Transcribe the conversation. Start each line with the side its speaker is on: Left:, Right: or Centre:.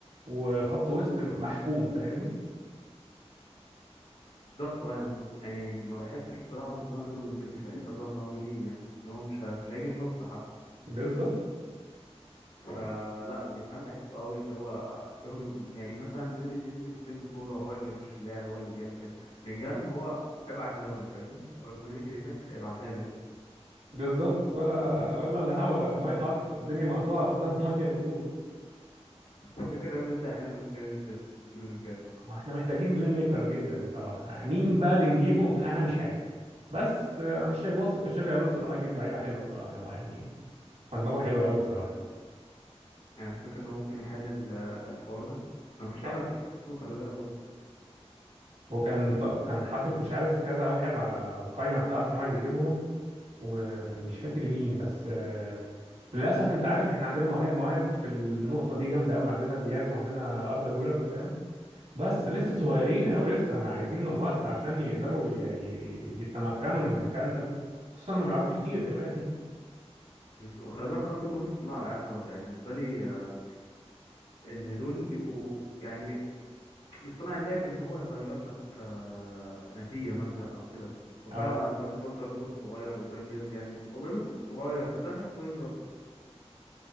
Right: وخط وسط محكوم فاهمني
Left: بالظبط اه يعني يعني ما بحبش بصراحه المقارنه بينه وبين بدري بحسها ظالمه قوي ليه يعني ان هو مش ه- مش هيجي النص حتى
Right: بالظبط
Left: فلا بلينجهام بحسه قوي اللي هو بياخد يعني مثلا بدري بينزل يستلم الكوره هو اللي ماشي اللعب هو اللي بيعمل كده بلينجهام هو ابعت يا دولي فاهمني هو يكون يجري هناك ابعتها لي بقى
Right: بالظبط ولا ولا الهوا مي قط... الدنيا مقطوعه قدام <laughs> ميه ونور
Left: تفتكر ريال مدريد هيحل المشكله دي ازاي السيزون الجاي
Right: احنا محتاجين بلاي ميكر جدا بصراحه مين بقى اللي نجيبه انا مش عارف بس آه، انا شيء واثق في تشافي الونسو ان هو هيجيب لعيبه حلوه بصراحه هو يعني دماغه حلو قوي بصراحه يعني
Left: يعني تفتكر ان هو ممكن يحل ال- الحوار ده بس ما فيش لعيبه
Right: آه.
Left: كتير في السوق خلي بالك برضه
Right: هو كان ط- كان حاطط مش عارف كذا واحد على القائمه بتاعته ان هو عايز يجيبهم ومش فاكر مين بس آه، للاسف انت عارف احنا عندنا مواهب مواهب في النقطه دي جامده قوي عندنا دياز وعندنا اردا جولر فاهم بس لسه صغيرين قوي لسه ما عايزين وقت عشان يقدروا ي- ي- يتمكنوا من المكان ده خصوصا ما بيلعبوش كتير كمان
Left: بس- وخلي بالك اصلا دول مش صناع العاب برضه يعني بالنسبه لي آه، ان دول بيبقوا يعني مش صناع اللعب اللي هو يغير لك آه، نتيجه مثلا او كده
Right: <laughs>
Left: وفعلا
Right: اه
Left: اه زي ما انت قلت ابيجر الصغير وابراهيم دياز يعني وابراهيم دياز مش صغير بس انا بحس وينج اكتر